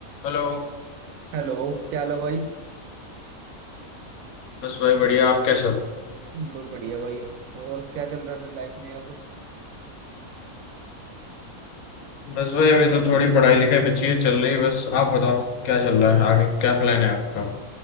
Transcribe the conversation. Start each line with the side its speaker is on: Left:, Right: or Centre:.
Left: हेलो
Right: Hello क्या हाल है भाई
Left: बस भाई बढ़िया आप कैसे हो
Right: ब- बढ़िया भाई और क्या चल रहा है फिर लाइफ में अब
Left: बस भाई अभी तो थोड़ी पढ़ाई लिखाई बची है चल रही है बस आप बताओ क्या चल रहा है आगे क्या प्लान है आपका